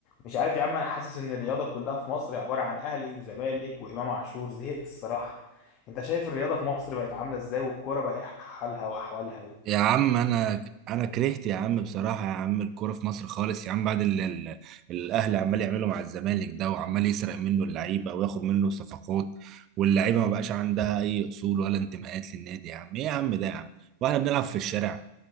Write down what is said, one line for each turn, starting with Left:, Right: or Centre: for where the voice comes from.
Left: مش عارف يا عم انا حاسس ان الرياضه كلها في مصر عباره عن اهلي وزمالك وامام عاشور زهقت الصراحه انت شايف الرياضه في مصر بقت عامله ازاي والكوره بقى ايه حالها واحوالها
Right: يا عم انا انا كرهت يا عم بصراحة يا عم الكورة في مصر خالص يا عم بعد اللي ال- الاهلي عمال يعملوا مع الزمالك ده وعمال يسرق منه اللعيبة وياخد منه صفقات واللعيبة ما بقاش عندها اي اصول ولا انتماءات للنادي يا عم ايه يا عم ده يا عم واحنا بنلعب في الشارع